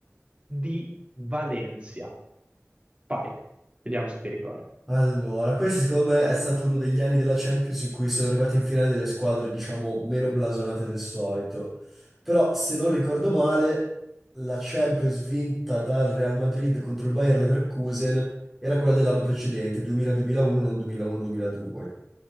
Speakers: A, on the right; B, in the centre.
A: D. Valencia. Vai, vediamo se ti ricordi.
B: Allora, questo secondo me è stato uno degli anni della Champions in cui sono arrivati in finale delle squadre, diciamo, meno blasonate del solito. Però, se non ricordo male, la Champions vinta dal Real Madrid contro il Bayer Leverkusen era quella dell'anno precedente, 2000-2001, non 2001-2002.